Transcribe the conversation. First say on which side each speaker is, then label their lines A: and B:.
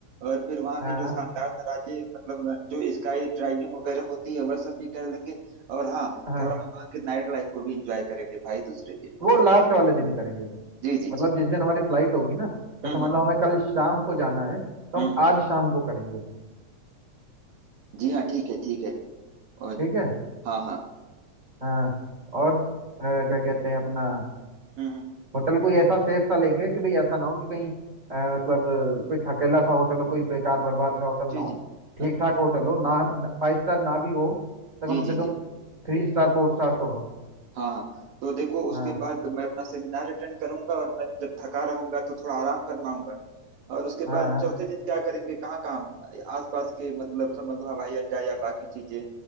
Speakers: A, on the right; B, on the right.
A: और फिर वहाँ
B: हाँ
A: के जो शानदार नज़ारे मतलब जो स्काई ड्राइविंग वगैरह होती है वह सब भी कर लेंगे और हाँ
B: हाँ
A: थोड़ा वहाँ के नाइट लाइफ को भी एंजॉय करेंगे भाई दूसरे दिन
B: वो
A: थोड़ा
B: लास्ट वाले दिन करेंगे
A: जी जी
B: मतलब
A: जी
B: जिस दिन हमारी फ्लाइट होगी ना जैसे
A: हम्म
B: मान
A: हम्म
B: लो हमें कल शाम को जाना है तो
A: हम्म
B: हम आज शाम को करेंगे
A: जी हाँ ठीक है ठीक है और
B: ठीक है
A: हाँ हाँ
B: हाँ और अ, क्या कहते हैं अपना
A: हम्म हम्म
B: होटल
A: और
B: कोई
A: फिर-
B: ऐसा सेफ सा लेंगे कि भाई ऐसा ना हो कि कहीं अ, मतलब अ, कोई थकेला सा होटल हो कोई बेकार बर्बाद सा होटल
A: जी
B: ना हो
A: जी
B: ठीक
A: अ-
B: ठाक होटल हो ना फाइव स्टार ना भी हो तो
A: जी
B: कम से
A: जी
B: कम
A: जी
B: थ्री स्टार फोर स्टार तो हो
A: हाँ हाँ तो देखो उसके
B: हाँ
A: बाद मैं अपना सेमिनार अटेंड करूंगा और मैं जब थका रहूंगा तो थोड़ा आराम फरमाऊंगा और उसके
B: हाँ
A: बाद
B: हाँ।
A: चौथे दिन क्या करेंगे कहाँ कहाँ आसपास के मतलब समझ लो हवाई अड्डा या बाकी चीजें